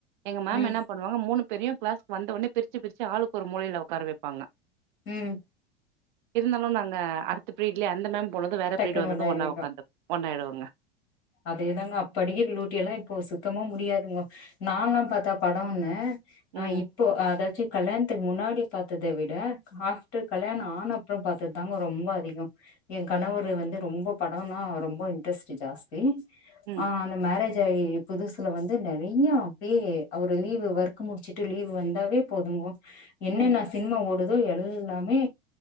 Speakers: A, on the right; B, on the left.
A: எங்க மேம்
B: ம்
A: என்ன பண்ணுவாங்க மூணு பெரிய கிளாஸ் வந்த உனே பிரிச் பிரிச்சு பிரிச்சு ஆளுக்கு ஒரு மூளையிலா உட்கார வைப்பாங்க
B: உம்
A: இருந்தாலும் நாங்க அடுத்து பீஃர் டுலைய அந்த மேம் உனது வேற
B: டக்குன்னு
A: பீரிடு வந்தந்து
B: ஒன்னாயிருவீங்கோ
A: ஒன்ன உக்காந்து ஒன்னாயிடுவே ஆ
B: அதேதாங்க அப்படிக்கர லூட்டி எல்லாம் இப்போ சுத்தமா முடியாதுங்க நால்லாம் பார்த்தா படம்ன்னு
A: ம்
B: ஆஹ் இப்போ அத சி கல்யாணத்துக்கு முன்னாடி பார்த்ததை விட ஆப்டர் கல்யாணம் ஆன அப்பறம் பார்த்தது தாங்க ரொம்ப அதிகம் என் கணவர்ரு வந்து ரொம்ப படம்னா ரொம்ப இன்ட்ரெஸ்ட் ஜாஸ் ஹ <unintelligible>
A: ம்
B: ஆஹ அந்த மேரேஜ் புதுசுல வந்து நிறைய அப்படியே அவரு லீவு் ஒர்க் முடிச்சுட்டு லீவு் வந்தாவே போதுங்க என்னனா
A: ம்
B: சினிமா ஓடுது எல்லாமே